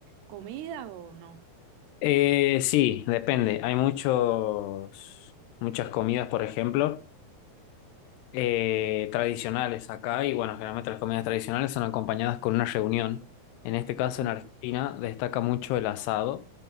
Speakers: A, on the right (about 85°); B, on the left (about 90°).
A: comidas o no?
B: Eh, sí, depende. Hay muchos, muchas comidas, por ejemplo, eh, tradicionales acá, y bueno, generalmente las comidas tradicionales son acompañadas con una reunión. En este caso, en
A: Mm,
B: Argentina, destaca mucho el asado,